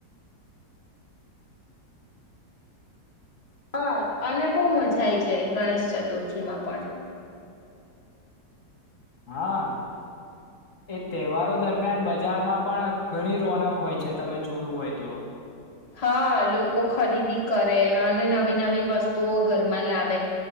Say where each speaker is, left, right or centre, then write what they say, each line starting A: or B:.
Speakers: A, on the left; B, on the left.
A: હા અને બહુ મજા આઈ જાય ગણેશ ચતુર્થી માં પણ
B: હા એ તહેવારો દરમિયાન બજારમાં પણ ઘણી રોનક હોય છે તમે જોયું હોય તો
A: હા લોકો ખરીદી કરે અને નવી નવી વસ્તુઓ ઘરમાં લાવે